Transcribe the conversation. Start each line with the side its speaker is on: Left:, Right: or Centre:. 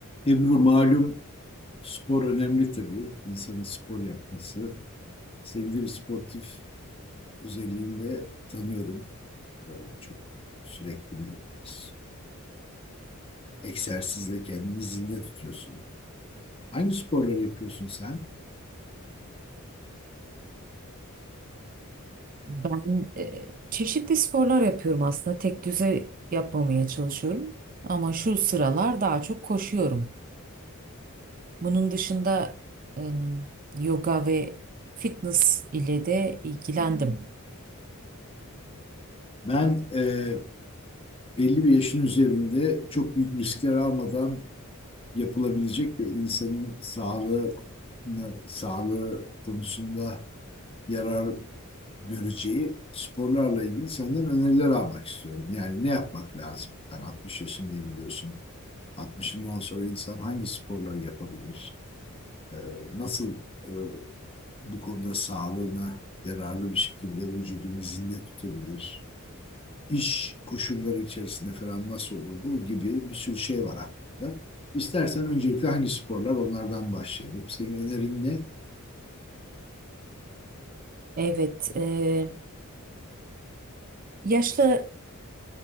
Left: Ebru malum spor önemli tabii. İnsanın spor yapması. Seni de bir sportif özelliğinle tanıyorum. Ee, çok sürekli bir s- egzersizle kendini zinde tutuyorsun. Hangi sporları yapıyorsun sen?
Right: Ben e, çeşitli sporlar yapıyorum aslında. Tek düze yapmamaya çalışıyorum. Ama şu sıralar daha çok koşuyorum. Bunun dışında em, yoga ve fitness ile de ilgilendim.
Left: Ben e, belli bir yaşın üzerinde çok büyük riskler almadan yapılabilecek ve insanın sağlığını, sağlığı konusunda yarar göreceği sporlarla ilgili senden öneriler almak istiyorum. Yani ne yapmak lazım? Ben 60 yaşındayım biliyorsun. 60'ından sonra insan hangi sporları yapabilir? Ee, nasıl e, bu konuda sağlığına yararlı bir şekilde vücudunu zinde tutabilir? İş koşulları içerisinde falan nasıl olur? Bu gibi bir sürü şey var aklımda. İstersen öncelikle hangi sporlar onlardan başlayalım. Senin önerin ne?
Right: Evet, e, yaşlı